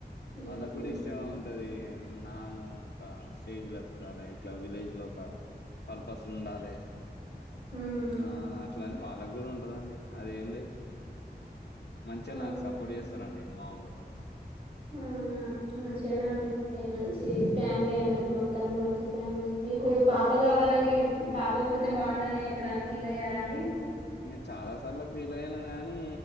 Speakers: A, on the right; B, on the left.
A: ఉహు
B: వాళ్ళకు కూడా ఇష్టమే ఉంటది ఎం నాను ఒక స్టేజ్ లో తుడలా ఇట్లా విలేజ్ లో ఒక పాల్ పస్ ఉండాలే
A: ఉమ్
B: ఆ అట్లని వాళ్ళకు కూడా ఉంటదండి అది ఏం లేదు మంచిగా
A: అవునా
B: నాకు సపోర్ట్ చేసారండి మా ఒళ్లు
A: అవునా మంచిగానే ఉంది మంచి ఫ్యామిలీ అన్నట్టు మొత్తానికి మంచి ఫ్యామిలీ మీకు పాప కావాలని పాప పుడితే బాగుండని ఎప్పుడన ఫీల్ అయ్యారాండి
B: నేను చాలా సార్ల ఫీల్ అయినా గానీ